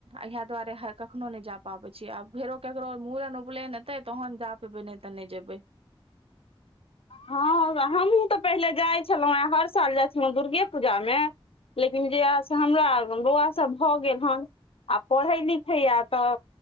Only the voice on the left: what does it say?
हँ हमहूँ तऽ पहिले जाइ छलहुँं हे हर साल जाइ छलहुँ हें दुर्गे पूजा मे लेक जयआ स हमरा बौआ सब भ गेल हन आ पढ़ै लिखय यै तऽ